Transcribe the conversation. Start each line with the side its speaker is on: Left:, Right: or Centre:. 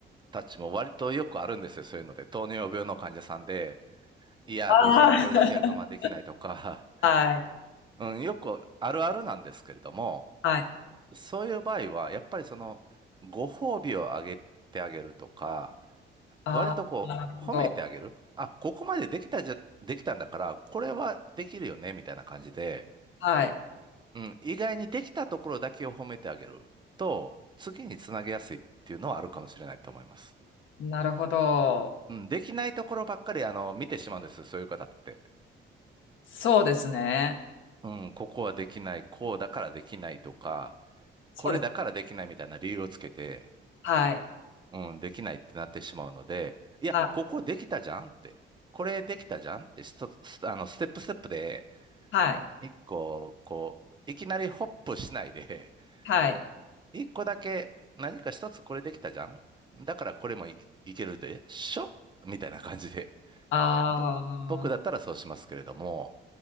Right: たちも割とよくあるんですよ、そういうので。糖尿病の患者さんで、いや、
Left: あー
Right: どうしてもこれだけは我慢できないとか、
Left: <laughs> はい。
Right: うん、よくあるあるなんですけれども、
Left: はい。
Right: そういう場合は、やっぱりその、ご褒美をあげてあげるとか、
Left: ああ、
Right: 割とこう、
Left: なるほど。
Right: 褒めてあげる。あ、ここまでできたじゃ、できたんだから、これはできるよね、みたいな感じで、
Left: はい。
Right: うん、意外にできたところだけを褒めてあげると、次につなげやすいっていうのはあるかもしれないと思います。
Left: なるほど。
Right: うん、できないところばっかり、あの、見てしまうんですよ、そういう方って。
Left: そうですね。
Right: うん、ここはできない、こうだからできないとか、
Left: そうです。
Right: これだからできないみたいな理由をつけて、
Left: はい。
Right: うん、できないってなってしまうので、いや、
Left: はい。
Right: ここできたじゃんって、これできたじゃんって、ストスあの、ステップステップで、
Left: はい。
Right: 一個、こう、いきなりホップしないで、
Left: はい。
Right: <laughs> 一個だけ何か一つこれできたじゃんだからこれもい、いけるでしょみたいな感じで。
Left: ああ。
Right: ぼ僕だったらそうしますけれども、